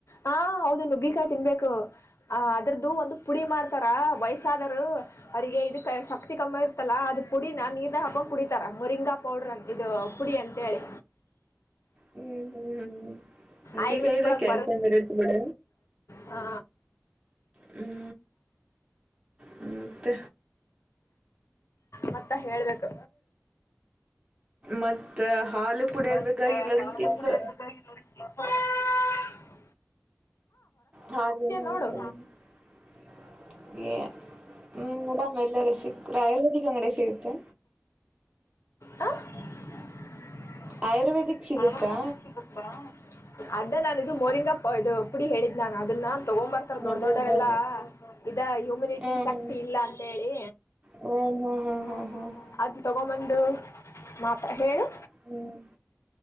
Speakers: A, on the left; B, on the right.
A: ಹಾ ಹೌದು ನುಗ್ಗಿಕಾಯ ತಿನ್ಬೇಕು. ಅ ಅದ್ರದ್ದು ಒಂದು ಪುಡಿ ಮಾಡ್ತಾರ ವಯಸ್ಸಾದರು ಅವರಿಗೆ ಇದ ಶಕ್ತಿ ಕಮ್ಮಿ ಇರ್ತಲ್ಲಾ ಅದ ಪುಡಿನ ನೀರನೀರನ್ಯಾಗ್ ಹಾಕೊಂಡ್ ಕುಡಿತಾರ ಮೊರಿಂಗಾ ಪೌಡ್ರ ಇದು ಪುಡಿ ಅಂತೇಳಿ.
B: ಹ್ಮ್ ಹ್ಮ್ ಹ್ಮ್ ಹಂಗಿಗದ
A: ಆಯುರ್ವೇದಿಕ್ ಒಳಗ್
B: ಕೆಲ್ಸ ಬರುತ್ತ ಬಿಡ
A: ಹಾ
B: ಹ್ಮ್ ಹ್ಮ ಮತ್ತ್
A: ಮತ್ತ ಹೇಳ್ಬೇಕು.
B: ಮತ್ತ ಹಾಲು ಕುಡಿಯರ್ಬೇಕಾಗಿಲ್ಲ
A: ಮತ್ತೆ ಹಾಲು
B: ಅಂತಂದ್ರ
A: ಕೂಡ ಲಾಗಿ <unintelligible>
B: ಹಾಗದು ಹ
A: ನೋಡು
B: <unintelligible> ಹ್ಮ್ ಮೇಡಾಮ್ ಎಲ್ಲರ ಸಿಕ್ರ ಆಯುರ್ವೇದಿಕ್ ಅಂಗಡಿ ಸಿಗುತ್ತೆ.
A: ಹಾ <unintelligible>
B: ಆಯುರ್ವೇದಿಕ್ ಸಿಗುತ್ತಾ
A: ಅಡ್ಡನ್ ಇದು ಮೋರಿಂಗ ಇದು ಪುಡಿ ಹೇಳಿದ್ ನಾನು ಅದನ್ನ ತಗೊ ಬರ್ತಾರ ದೊಡ್ಡ
B: ಅದೇ
A: ದೊಡ್ಡರೆಲ್ಲಾ
B: ಅದೇ
A: ಇದ ಹ್ಯುಮಿನಿಟಿ
B: ಹ್ಮ್
A: ಶಕ್ತಿ ಇಲ್ಲ ಅಂತ ಹೇಳಿ.
B: ಹ್ಮ್ ಹ್ಮ್ ಹ್ಮ್
A: ಹ ಹ
B: ಹ್ಮ್
A: ಅದ್ ತಗೊಬಂದು ಮಾತ ಹೇಳು.
B: ಹ್ಮ್